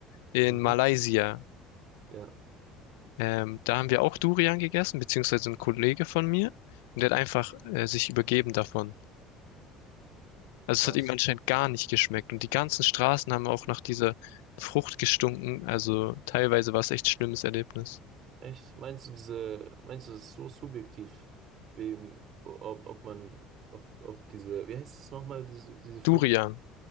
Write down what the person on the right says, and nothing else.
Mhm.
Ja.
Krass.
Echt? Meinst du diese, meinst du, das ist so subjektiv, wem, ob, ob man, ob, ob diese, wie heißt es nochmal, diese, diese Frucht?